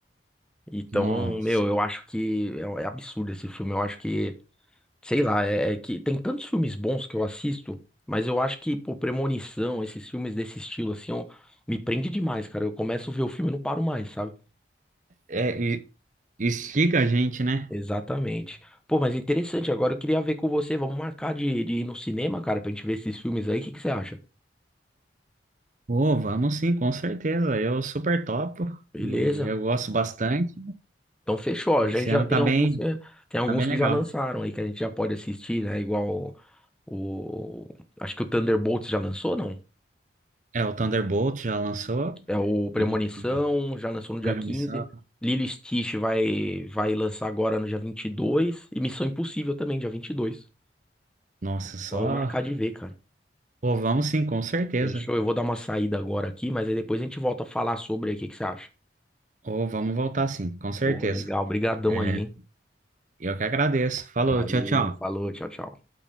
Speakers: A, in the centre; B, on the right.
A: Então,
B: nossa.
A: meu, eu acho que é, é absurdo esse filme, eu acho que Sei lá, é, é que tem tantos filmes bons que eu assisto, mas eu acho que, pô, Premonição, esses filmes desse estilo, assim, ó, me prende demais, cara. Eu começo a ver o filme e não paro mais, sabe?
B: É, e- instiga a gente, né?
A: Exatamente. Pô, mas interessante, agora eu queria ver com você, vamos marcar de, de ir no cinema, cara, pra gente ver esses filmes aí, o que que você acha?
B: Pô, vamos sim, com certeza. Eu super topo
A: Beleza.
B: e eu gosto bastante.
A: Então fechou, a
B: Esse
A: gente já
B: ano
A: tem
B: tá
A: alguns,
B: bem,
A: que- tem alguns
B: tá bem
A: que
B: legal.
A: já lançaram aí, que a gente já pode assistir, né? Igual o, o- acho que o Thunderbolts já lançou, não?
B: É, o Thunderbolt já lançou
A: É o Premonição,
B: e, e
A: já lançou no
B: Premonição.
A: dia 15, Lilo e Stitch vai, vai lançar agora no dia vinte E dois, E Missão Impossível também, dia vinte e dois,
B: Nossa, só.
A: Vamos marcar de ver, cara.
B: Pô, vamos sim, com certeza.
A: Fechou? Eu vou dar uma saída agora aqui, mas aí depois a gente volta a falar sobre aí. O que que você acha?
B: Ou vamos voltar sim, com certeza.
A: Pô, legal. obrigadão
B: É,
A: aí, hein?
B: Eu que agradeço. Falou,
A: Valeu,
B: tchau, tchau.
A: falou, tchau, tchau.